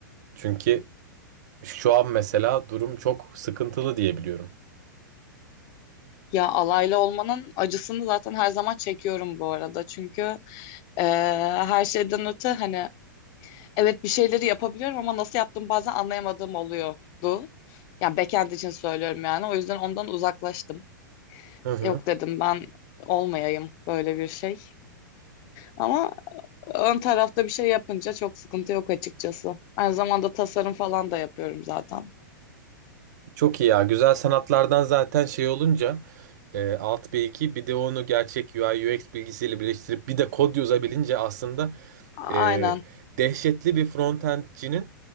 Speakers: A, on the right; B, on the left.
A: Çünkü şu an mesela durum çok sıkıntılı diye biliyorum.
B: Ya alaylı olmanın acısını zaten her zaman çekiyorum bu arada. Çünkü eee, her şeyden öte hani evet bir şeyleri yapabiliyorum ama nasıl yaptığımı bazen anlayamadığım oluyordu. Yani backend için söylüyorum yani. O yüzden ondan uzaklaştım.
A: Hı hı.
B: Yok dedim ben olmayayım böyle bir şey. Ama Ön tarafta bir şey yapınca çok sıkıntı yok açıkçası. Aynı zamanda tasarım falan da yapıyorum zaten.
A: Çok iyi ya. Güzel sanatlardan zaten şey olunca e, alt bilgi bir de onu gerçek U I U X bilgisiyle birleştirip bir de kod yazabilince aslında
B: Aynen.
A: e, dehşetli bir frontendcinin